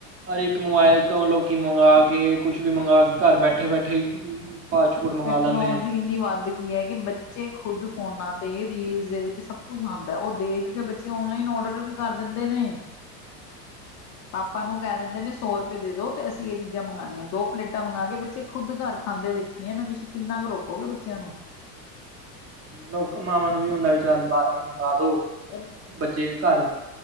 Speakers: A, on the right; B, on the left.
A: ਹਰ ਇੱਕ ਮੋਬਾਇਲ ਤੋਂ ਲੋਕੀ ਮੰਗਾਂ ਕੇ ਕੁਛ ਵੀ ਮੰਗਾਂ ਕੇ ਘਰ ਬੈਠੇ-ਬੈਠੇ ਈ ਫਾਸਟ ਫੂਡ ਮੰਗਵਾ
B: ਟੈਕਨੋਲੋਜੀ
A: ਲੈਂਦੇ ਹੈ
B: ਕਿੰਨੀ ਵੱਧਗੀ ਏ, ਕਿ ਬੱਚੇ ਖੁੱਦ ਫੋਨਾਂ ਤੇ ਰੀਲਜ ਦੇ ਵਿੱਚ ਸਭ ਕੁਛ ਆਂਦੈ, ਉਹ ਦੇਖ ਕੇ ਬੱਚੇ ਤੇ ਔਨਲਾਈਨ ਔਡਰ ਵੀ ਕਰ ਦਿੰਦੇ ਨੇ। ਆਪਾ ਨੂੰ ਕਹਿ ਦਿੰਦੇ ਨੇ ਸੌ ਰੁਪਏ ਦੇਦੋ ਤੇ ਅਸੀਂ ਇਹ ਚੀਜ਼ਾਂ ਮੰਗਵਾਣੀਆ, ਦੋ ਪਲੇਟਾਂ ਮੰਗਾਕੇ ਬੱਚੇ ਖੁਦ ਘਰ ਖਾਂਦੇ ਦੇ ਏ, ਮੇਂ ਤੁਸੀਂ ਕਿੰਨਾ ਕੁ ਰੋਕੋਗੇ ਬੱਚਿਆਂ ਨੂੰ।
A: ਲੁਕ ਮਾਵਾਂ ਨੂੰ ਵੀ ਹੁੰਦਾ, ਵੀ ਚੱਲ ਬਾਹਰੋਂ ਈ ਮੰਗਾਦੋ।
B: ਔਰ
A: ਬੱਚੇ ਘਰ